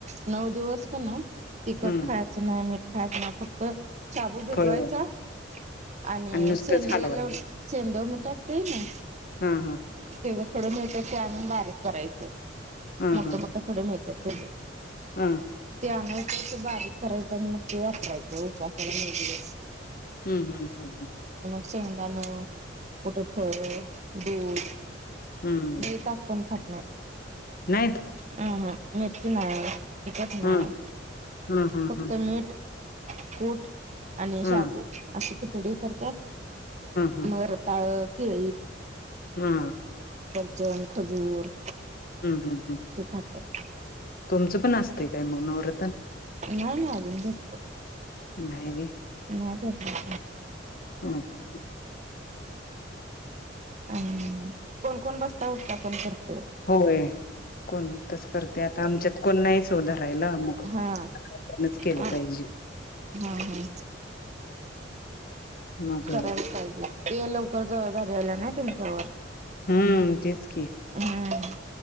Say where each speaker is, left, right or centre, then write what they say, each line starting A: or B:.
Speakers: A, on the right; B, on the left.
A: नऊ दिवस का ना तिखट
B: हम्म
A: खायचं ना मीठ खायचं ना फक्त शबू भिजवायचा
B: फळ
A: आणि
B: नुसतंच
A: सेंद
B: हलवायचं
A: लाव सेंद मिट असते ना
B: हा हा
A: ते खडं मिळतात ते आणून बारीक करायचं
B: हा
A: मोठ
B: हा
A: मोठं खडं मिळतात ते
B: हा
A: आणायचं ते बारीक करायचं आणि मग ते वापरायचं उपासनेमध्ये
B: हम्म हम्म हम् हम्
A: शेदाण कुठं फळ दूध
B: हम्म
A: ब ताक पण खात
B: नाहीत
A: हम् हम् मेच ना टिकत नाही
B: ह ह ह
A: फक्त
B: ह
A: मीठ कोट आणि
B: ह
A: शबू
B: ह
A: असे किथडे करतात
B: ह ह
A: मगरताळ कि
B: हा
A: जन खजूर
B: हम्म हम्म
A: ते खात
B: तुमचं पण असते काय मग नवर्रतन
A: ए ना अजंद इत
B: नाही ब
A: ह तेला
B: हम् हम् ह
A: आणि कोण कोण बस्ता उत्थापन करते
B: होय कोणतच करते आता आमच्यात कोण नाहीच ओ धरायला मग
A: हा
B: आपणच केलं
A: हा
B: पाहिजे
A: हा
B: मग
A: करायला पाहिजे ते लवकर जबाबदारी आल्या ना तुमच्यावर
B: हम्म तेच की
A: हम्म